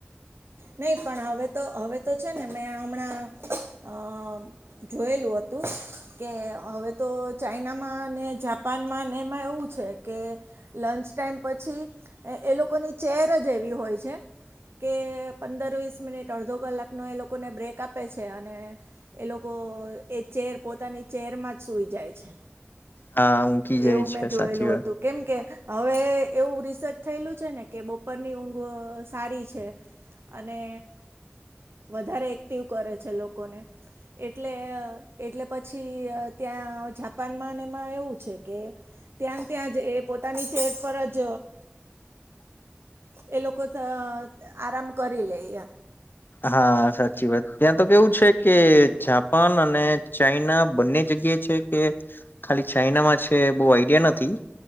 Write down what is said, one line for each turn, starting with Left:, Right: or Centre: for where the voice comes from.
Right: નહી પણ હવે તો હવે તો છે. ને મેં હમણાં અ જોયેલું હતું. કે હવે તો ચાઈનામાં જાપાન એમાં એવું છે. કે લંચ ટાઈમ પછી એ લોકોની ચેર જ એવી હોય છે. કે પંદર વીસ મિનિટ અડધો કલાકનો એ લોકોને બ્રેક આપે છે. અને એ લોકો એ ચેર પોતાની ચેરમાં જ સુઈ જાય છે.
Left: હા કી
Right: એવું
Left: જાય છે.
Right: મેં જોયેલું
Left: સાચી વાત.
Right: હતું કેમ કે હવે એવું રિસર્ચ થયેલું છે. ને કે બપોરની ઊંઘ સારી છે. અને વધારે એક્ટિવ કરે છે. લોકોને એટલે એટલે પછી ત્યાં જાપાન માં એમાં એવું છે. કે ત્યાં ત્યાં જ એ પોતાની ચેર પર જ એ લોકો આરામ કરી લે એમ.
Left: હા સાચી વાત ત્યાં તો કેવું છે. કે જાપાન અને ચાઈના બંને જગ્યા કે ખાલી ચાઈનામાં છે. બહ આઈડિયા નથી.